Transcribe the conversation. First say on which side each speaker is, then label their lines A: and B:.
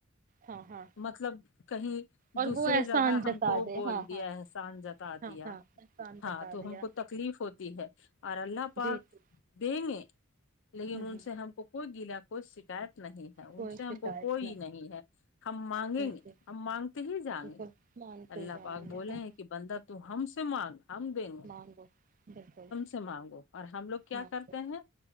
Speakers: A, on the right; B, on the left.
A: ہاں ہاں
B: مطلب کہیں
A: اور
B: دوسرے
A: وہ احسان
B: جگہ ہم
A: جتا
B: کو
A: دے
B: بول
A: ہاں
B: دیا
A: ہاں
B: احسان جتا
A: ہاں
B: دیا
A: ہاں احسان
B: ہاں
A: جتا
B: تو
A: دیا
B: ہم کو تکلیف ہوتی ہے اور اللہ پاک
A: جی جی
B: دے <unintelligible> لیکن
A: ہوں
B: ان
A: ہوں
B: سے ہم کو کوئی گیلا کوئی شکایت نہیں ہے ان
A: کوئی
B: سے
A: شکایت
B: ہم کو کوئی نہیں ہے ہم مانگیں
A: جی
B: گے
A: جی
B: ہم مانگتے ہی جائیں
A: بالکل
B: گے
A: مانتے
B: اللہ
A: جائیں
B: پاک بولے
A: گے ہاں
B: ہیں کہ بندہ تو ہم سے مانگ ہم دیں گے
A: مانگو بالکل
B: ہم سے مانگو اور ہم لوگ کیا
A: مانگو
B: کرتے ہیں